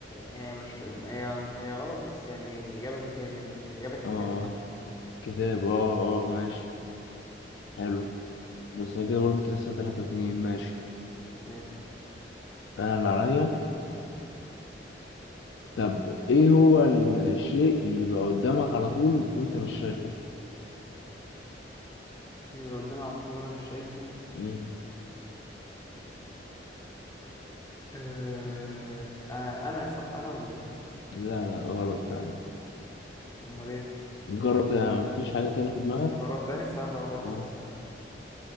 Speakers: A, on the left (about 20°); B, on the left (about 70°).
A: هي مش هي مش هي غلط بس يعني اجابه ذكيه منك يعني الاجابه الكتاب
B: اه كتاب اه اه ماشي حلو بس انا كده برضه انت لسه تلاتة اتنين ماشي
A: ماشي
B: انا اللي عليا طب ايه هو الشيء اللي بيبقى قدامك على طول وانت مش شايفه؟
A: بيبقى قدامي على طول انا مش شايفه
B: مم.
A: أه... آه انا صح انا ولا ايه
B: لا لا غلط يعني
A: امال ايه
B: جرب كده مفيش حاجة تانية في دماغك؟
A: اجرب تاني استنى طب افكر
B: آه.
A: استنى